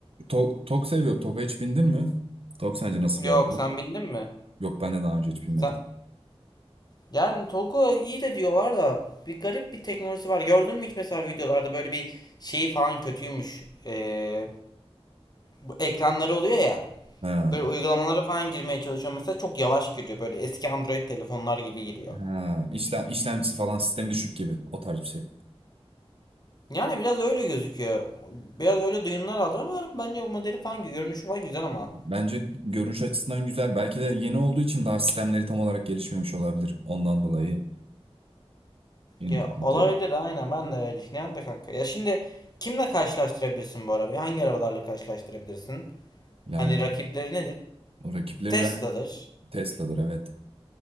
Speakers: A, on the right; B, on the left.
A: Tok, Tok seviyor. Tok'a hiç bindin mi? Tok sence nasıl
B: Yok
A: bir araba?
B: sen bindin mi?
A: Yok ben de daha önce hiç binmedim.
B: Sen... Yani Togo iyi de diyorlar da bir garip bir teknolojisi var. Gördün mü hiç mesela videolarda böyle bir şeyi falan kötüymüş. Eee, bu ekranları oluyor ya.
A: Ha,
B: Böyle uygulamalara falan girmeye çalışıyorum mesela çok yavaş giriyor böyle eski Android telefonlar gibi giriyor.
A: ha. İşlem, işlemcisi falan sistemi düşük gibi o tarz bir şey.
B: Yani biraz öyle gözüküyor. Biraz öyle duyumlar aldım ama bence bu modeli falan görünüşü falan güzel ama.
A: Bence görünüş açısından güzel. Belki de yeni olduğu için daha sistemleri tam olarak gelişmemiş olabilir. Ondan dolayı yenilik
B: Ya
A: katıyor.
B: olabilir aynen ben de öyle düşünüyorum da kanka. Ya şimdi kimle karşılaştırabilirsin bu arabayı? Hangi arabalarla karşılaştırabilirsin?
A: Yani
B: Hani rakipleri nedir?
A: o rakipleri
B: Tesla'dır,
A: ben Tesla'dır evet.